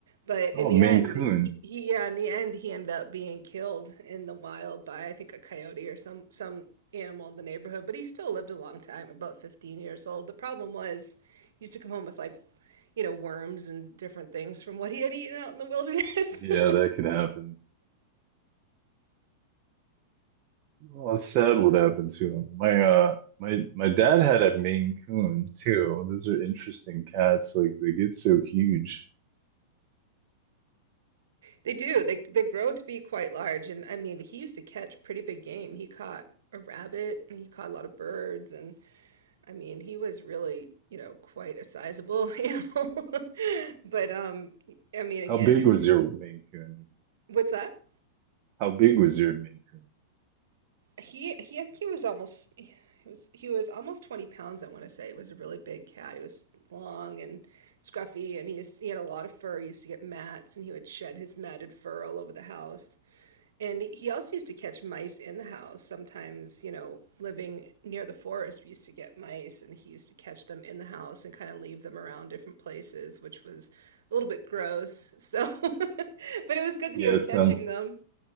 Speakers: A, on the right; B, on the right.
A: But
B: Oh,
A: in the
B: Maine
A: end,
B: Coon.
A: he yeah, in the end he ended up being killed in the wild by I think a coyote or some some animal in the neighborhood, but he still lived a long time, about 15 years old. The problem was he used to come home with like you know worms and different things from what he had eaten out in the wilderness.
B: Yeah,
A: <laughs>
B: that could happen. Well, that's sad would happen to him. My uh my my dad had a Maine Coon too. Those are interesting cats. Like they get so huge.
A: They do. They they grow to be quite large and I mean, he used to catch pretty big game. He caught a rabbit and he caught a lot of birds and I mean, he was really, you know, quite a sizable <laughs> animal. <laughs> But um I mean, again,
B: How big
A: he
B: was your Maine Coon?
A: what's that?
B: How big was your Maine Coon?
A: He he he was almost he was he was almost 20 pounds, I want to say. He was a really big cat. He was long and scruffy and he used, he had a lot of fur. He used to get mats and he would shed his matted fur all over the house. And he also used to catch mice in the house. Sometimes, you know, living near the forest, we used to get mice and he used to catch them in the house and kind of leave them around different places, which was a little bit gross. So, <laughs> but it was good that
B: Yeah,
A: he was
B: it
A: catching
B: sounds
A: them.